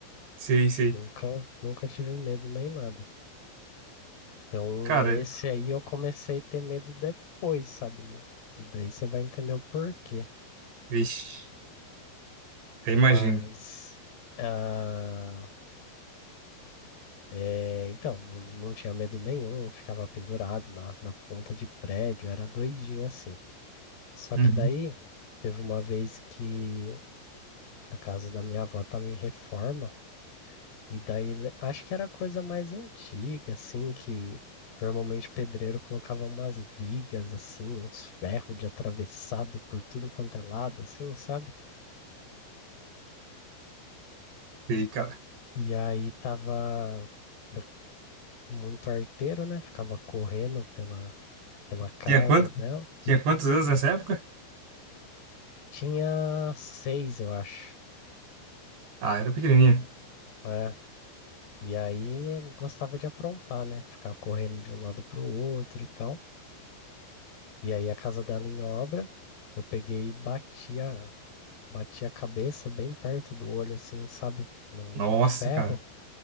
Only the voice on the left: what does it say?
Nunca, nunca tive medo nem nada. Então,
esse aí eu comecei a ter medo depois, sabe? No- E daí você vai entender o porquê.
Mas, ah, é, então, não não tinha medo nenhum, eu ficava pendurado na, na ponta de prédio, era doidinho assim. Só
que daí, teve uma vez que A casa da minha avó estava em reforma, e daí le- acho que era coisa mais antiga, assim, que normalmente o pedreiro colocava umas vigas, assim, uns ferros de atravessado por tudo quanto é lado, assim, sabe?
E aí tava eu- muito arteiro, né? Ficava correndo pela, pela casa
dela.
Tinha seis, eu acho.
É. E aí gostava de aprontar, né? Ficar correndo de um lado pro outro e tal. E aí a casa dela em obra, eu peguei e bati a, bati a cabeça bem perto do olho, assim, sabe? No,
no ferro.